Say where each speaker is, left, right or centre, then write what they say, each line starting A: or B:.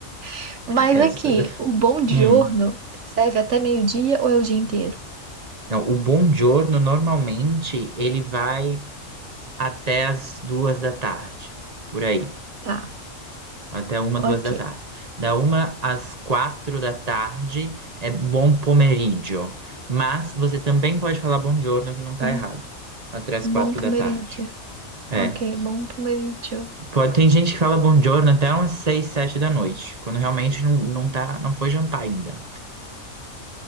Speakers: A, on the right; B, on the right.
A: <laughs> Mas
B: <laughs> é
A: aqui,
B: os italianos.
A: o bom giorno
B: Hum.
A: serve até meio-dia ou é o dia inteiro?
B: Não, o buongiorno normalmente ele vai até as duas da tarde, por aí,
A: Tá,
B: até uma,
A: ok.
B: duas da tarde. Da uma às quatro da tarde é bom pomeriggio, mas você também pode falar buongiorno que não tá
A: Bom,
B: errado, até as
A: bom
B: quatro
A: pomeriggio.
B: da tarde. É,
A: Ok, bom pomeriggio.
B: pode, tem gente que fala buongiorno até umas seis, sete da noite, quando realmente não, não tá, não foi jantar ainda.